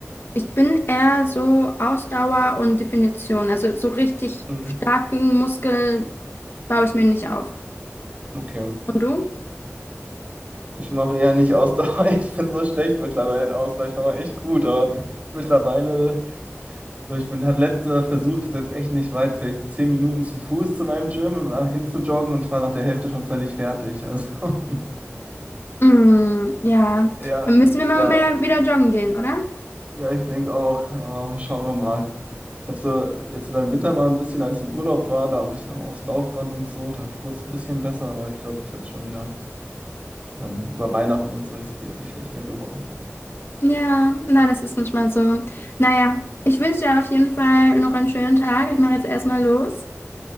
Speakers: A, on the left; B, on the right.
A: Ich bin eher so Ausdauer und Definition. Also so richtig
B: Mhm.
A: starken Muskel baue ich mir nicht auf.
B: Okay.
A: Und du?
B: Ich mache eher nicht Ausdauer. <laughs> Ich bin so schlecht mittlerweile in Ausdauer. Ich war mal echt gut, aber mittlerweile, so ich bin, hatte letzter versucht, das ist jetzt echt nicht weit, vielleicht so zehn Minuten zu Fuß zu meinem Gym und da hin zu joggen und ich war nach der Hälfte schon völlig fertig. Also, <laughs>
A: Mm, ja.
B: ja,
A: Dann müssen wir mal
B: ja,
A: mehr wieder joggen gehen, oder?
B: ja, ich denke auch. Aber schauen wir mal. Ich habe so jetzt über den Winter mal ein bisschen, als ich im Urlaub war, da habe ich auch aufs Laufband und so, da wurde es ein bisschen besser, aber ich glaube, ich habe es schon wieder. Dann über Weihnachten und so ist es wieder viel schlechter geworden.
A: Ja, na, das ist manchmal so. Naja, ich wünsche dir auf jeden Fall noch einen schönen Tag. Ich mache jetzt erstmal los.